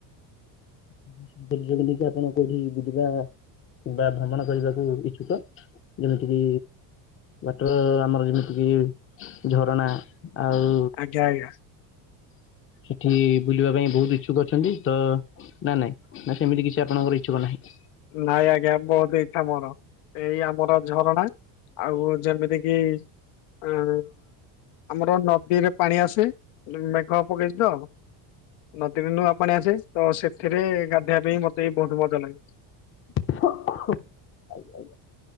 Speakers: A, on the left (about 30°); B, on the left (about 80°).
A: <unintelligible> ଆପଣ କୋଉଠି ବୁଲିବା କିମ୍ବା ଭ୍ରମଣ କରିବାକୁ ଇଚ୍ଛୁକ। ଯେମିତି କିି ୱାଟର ଆମର ଯେମିତି କିି ଝରଣା ଆଉ
B: ଆଜ୍ଞା ଆଜ୍ଞା
A: ସେଠି ବୁଲିବା ପାଇଁ ବହୁତ ଇଛୁକ ଅଛନ୍ତି। ତ ନା ନାଇଁ? ନା ସେମିତି କିଛି ଆପଣଙ୍କର ଇଚ୍ଛୁକ ନାହିଁ?
B: ନାଇଁ ଆଜ୍ଞା ବହୁତ ଇଚ୍ଛା ମୋର। ଏଇ ଆମର ଝରଣା ଆଉ ଯେମିତି କିି ଆଁ ଆମର ନଦୀରେ ପାଣି ଆସେ। ମେଘ ପକେଇଚି ତ ନଦୀ ରୁ ନୂଆ ପାଣି ଆସେ। ତ ସେଥିରେ ଗାଧେଇବା ପାଇଁ ବି ମତେ ବହୁତ ମଜା ଲାଗେ।
A: <unintelligible> <unintelligible>